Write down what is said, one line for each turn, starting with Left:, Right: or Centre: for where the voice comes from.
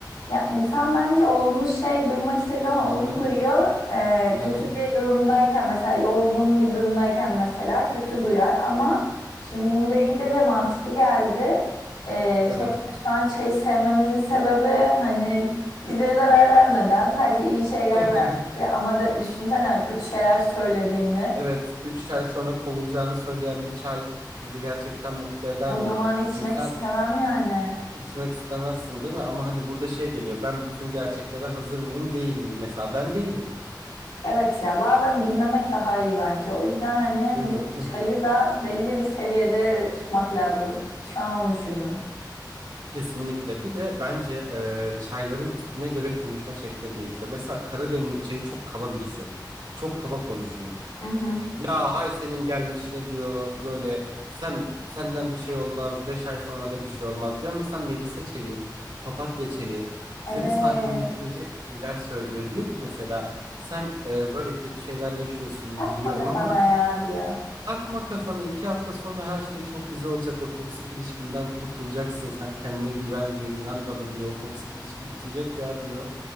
Left: Ya insan bence olumlu şey duymak istediği zaman
Right: Hı
Left: olumlu
Right: hı,
Left: duyuyor. Ee, kötü
Right: hı
Left: bir durumdayken mesela yorgun bir durumdayken mesela kötü duyar ama şimdi bunu deyince de mantıklı geldi. Ee,
Right: Evet.
Left: sonuçta şu an çayı sevmemizin sebebi hani bize zarar vermeden sadece iyi şeyler
Right: <laughs>
Left: vermesi ama da düşünsene kötü şeyler söylediğini.
Right: Evet, Üç ay sonra kovulacağını söyleyen bir çay bizi gerçekten mutlu eder
Left: O zaman
Right: mi?
Left: içmek
Right: Hani sen
Left: istemem yani.
Right: içmek istemezsin değil mi? Ama hani burada şey geliyor. Ben bütün gerçeklere hazır mıyım, değil miyim? Mesela ben değilim.
Left: Evet ya bazen bilmemek daha iyi bence. O yüzden hani
Right: Hı hı,
Left: bu
Right: hı
Left: çayı
Right: hı.
Left: da belli bir seviyede tutmak lazım. Şu an onu düşündüm.
Right: Kesinlikle. Bir de bence e, çayların tipine göre konuşma şekli değişiyor. Mesela kara demlik çayı çok kaba birisi. Çok kaba konuşuyor.
Left: Hı hı.
Right: Ya hay senin gelmiş ne diyor böyle sen senden bir şey olmaz 5 ay sonra da bir şey olmaz diyor. Mesela Melisa çayı, papatya çayı
Left: Evet.
Right: seni sakinleştirecek şeyler söylüyor. Diyor ki mesela sen e, böyle kötü şeyler yaşıyorsun
Left: Takma
Right: biliyorum
Left: kafana
Right: ama
Left: ya diyor.
Right: Takma kafana iki hafta sonra her şey çok güzel olacak. O toksik ilişkinden kurtulacaksın. Sen kendine güven diyor. inan bana diyor. O toksik ilişki bitecek ya diyor.